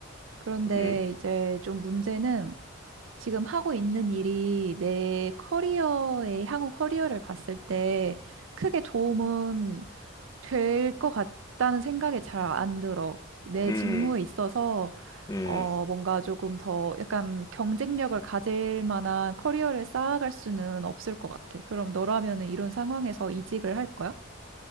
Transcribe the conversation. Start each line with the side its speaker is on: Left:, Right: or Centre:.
Right: 그런데
Left: 음,
Right: 이제 좀 문제는 지금 하고 있는 일이 내 커리어에, 향후 커리어를 봤을 때 크게 도움은 될 것 같다는 생각이 잘 안 들어. 내
Left: 음,
Right: 직무에 있어서,
Left: 음.
Right: 어, 뭔가 조금 더 약간 경쟁력을 가질 만한 커리어를 쌓아갈 수는 없을 것 같아. 그럼 너라면은 이런 상황에서 이직을 할 거야?